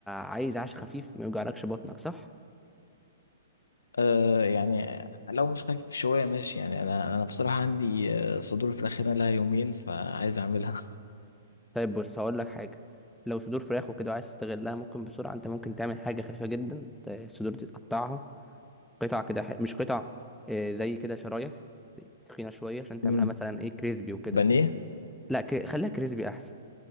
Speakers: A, in the centre; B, on the left.
A: عايز عشاء خفيف ما يوجعلكش بطنك صح
B: أه يعني لو مش خفيف شويه ماشي يعني انا انا بصراحه عندي آه، صدور فراخ هنا لها يومين فعايز اعملها <laughs>
A: طيب بص هقول لك حاجه لو صدور فراخ وكده عايز تستغلها ممكن بسرعه انت ممكن تعمل حاجه خفيفه جدا ت- الصدور دي تقطعها قطع كده ح... مش قطع إيه زي كده شرايح تخينه شويه عشان تعملها
B: مم.
A: مثلا ايه كريسبي وكده
B: بانيه
A: لا ك... خليها كريسبي احسن